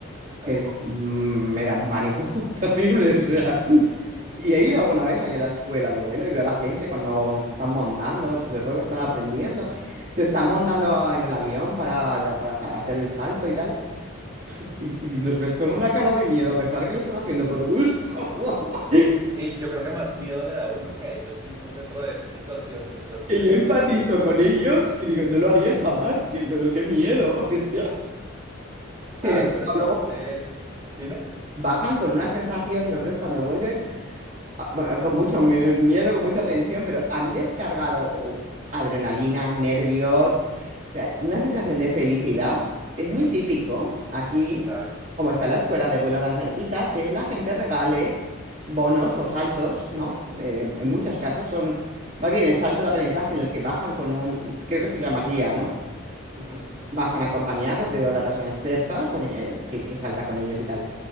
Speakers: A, on the right (about 15°); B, on the right (about 35°).
A: claro.
B: pero mm, me da un pánico <laughs> terrible, o sea.
A: Ujú.
B: Y he ido alguna vez allá a la escuela de vuelo y veo a la gente cuando se están montando, sobre todo que están aprendiendo, se están montando a- en el avión para, para sa- hacer el salto y tal, y, y los ves con una cara de miedo, a pesar que lo están haciendo por gusto. <laughs>
A: Sí, yo creo que más miedo le da a uno que a ellos mismos dentro de esa situación. Yo creo que
B: Que yo
A: sí,
B: empatizo
A: eso tiende a pasar
B: con ellos,
A: también bastante.
B: que digo, no lo haría jamás, que- pero qué miedo. <laughs> o sea. Sin
A: Claro,
B: embargo,
A: pero entonces,
B: luego
A: dime,
B: bajan con una sensación, los ves cuando vuelven, Ah, ba- Con mucho mie- miedo, con mucha tensión, pero han descargado uh, adrenalina, nervios, o sea, una sensación de felicidad. Es muy típico aquí,
A: claro,
B: como está la escuela de vuelo tan cerquita, que la gente regale bonos o saltos, ¿no? Eh, en muchos casos son, más bien el salto de aprendizaje en el que bajan con un, creo que se llama guía, ¿no?
A: ujú,
B: Bajan acompañados de otra persona experta con, eh, que, que salta con ellos y tal.